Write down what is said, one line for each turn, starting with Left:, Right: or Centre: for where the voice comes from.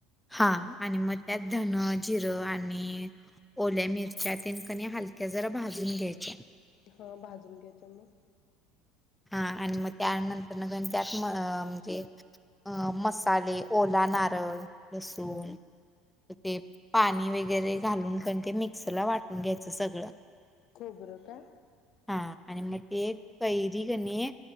Centre: हा आणि मग त्यात धन, जिरं आणि ओल्या मिरच्या तेन कणी हलक्या जरा भाजून घ्यायच्या.
Left: हा भाजून घ्यायच्या म
Centre: हा आणि मग त्यानंतर न कणी त्यात म म्हणजे अ मसाले ओला नारळ, लसूण ते पाणी वगैरे घालून कणी ते मिक्सरला वाटून घ्यायचं सगळं.
Left: खोबरं का?
Centre: हा आणि मग ते कैरी कणी